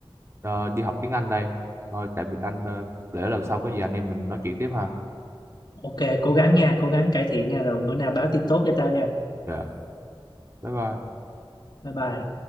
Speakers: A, on the right; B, on the left.
A: ờ, đi học tiếng Anh đây thôi tạm biệt anh ờ, để lần sau có gì anh em mình nói chuyện tiếp ha
B: ok cố gắng nha cố gắng cải thiện nha rồi bữa nào báo tin tốt cho tao nha
A: dạ bye bye
B: bye bye